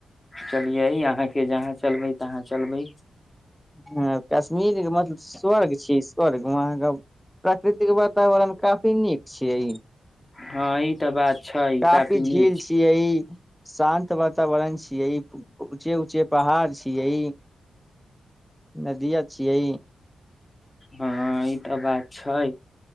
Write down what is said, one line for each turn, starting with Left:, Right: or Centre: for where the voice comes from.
Left: चलियै अहाँके जहाँ चलबै तहाँ चलबै
Centre: ह कश्मीरके मतलब स्वर्ग छी स्वर्ग अहाँके प्राकृतिक वातावरण काफी नीक छियै
Left: हँ ई तऽ बात छै
Centre: काफी ठीक
Left: नीक छै
Centre: छियै ई शांत बात वातावरण छीयै ऊचे ऊचे पहाड़ छीयै नदीया छिये
Left: हँ ई तऽ बात छै